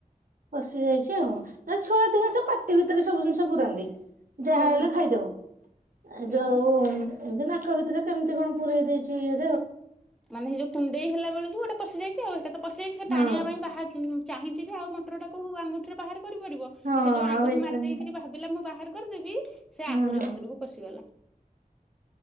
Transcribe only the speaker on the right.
ପସି ଯାଇଛି ଆଉ ନାଇଁ ଛୁଆ ଅଧିକାଂଶ ପା ଟି ଭିତରେ ସବୁ ଜିନିଷ ପୁରାନ୍ତି। ଯାହା
ହେଲେ ଖାଇଦଉ
ଯଉ ଉଁ ଏତି ନା କା ଭିତ ରେ କେମିତି କଣ ପୁରରେଇ ଦେଇଛି ଇଏ
ହଁ
ହଁ
ଆଉ ହେଇପାରୁନି
ହଁ
ହଁ।